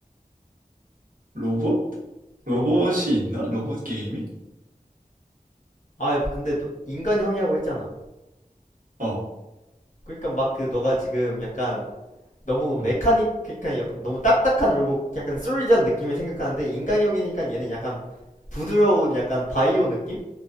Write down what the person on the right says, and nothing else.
로봇? 로봇이
있나? 로봇 게임이?
어.
어.